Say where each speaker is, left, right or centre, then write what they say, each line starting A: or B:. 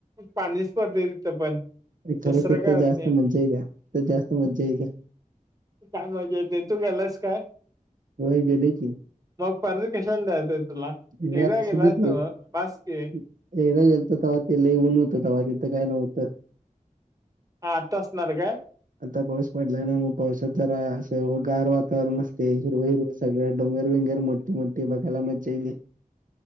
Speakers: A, on the right (about 25°); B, on the right (about 70°).
A: पाणी स्पर्धे तिथं पण दुसरं
B: खरं तिथं
A: काय होत
B: जास्त
A: नाही
B: मज्जा येत्या, तिथं जास्त मज्जा येत्या.
A: काय मज्जा येत्या, तू गेलास काय?
B: होय गेले की
A: मग परत कशाला जायचं हाय तुला?
B: नाही
A: एकदा
B: असू
A: गेलास
B: दे की,
A: नव्ह बास की
B: एकदा गेलो होतो तवा ते लई ऊन होतं तवा तिथं काय नव्हतं.
A: आता असणार काय?
B: आता पाऊस पडलाय ना, मग पावसात जरा असं गार वातावरण मस्त हिरवं हिरवं सगळ्या डोंगर बिंगर मोठी मोठी बघायला मज्जा येती.